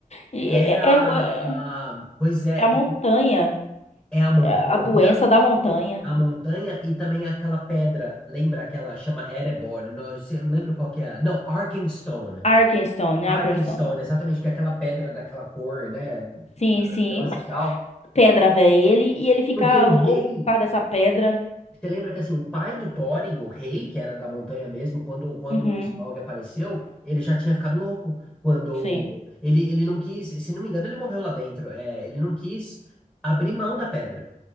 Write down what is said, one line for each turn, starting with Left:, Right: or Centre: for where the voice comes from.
Left: É,
Centre: É a,
Left: é, é-
Centre: a- pois é,
Left: é a montanha,
Centre: e- é a montanha,
Left: é a doença da montanha.
Centre: a montanha e também aquela pedra, lembra aquela chama Erebor, não, eu sei- eu não lembro qual que é. Não, Arkenstone.
Left: Arkenstone, Arkenstone.
Centre: Arkenstone, exatamente, que é aquela pedra daquela cor, né?
Left: Sim,
Centre: Maravilhosa
Left: sim, mas
Centre: e tal.
Left: pedra, velho, ele, e ele fica
Centre: Porque o
Left: louco
Centre: rei,
Left: por causa dessa pedra.
Centre: você lembra que assim, o pai do Thorin, o rei, que era da montanha mesmo, quando, quando
Left: Uhum,
Centre: o Smaug apareceu, ele já tinha ficado louco. Quando
Left: sim.
Centre: ele, ele não quis, se não me engano, ele morreu lá dentro. É, ele não quis abrir mão da pedra.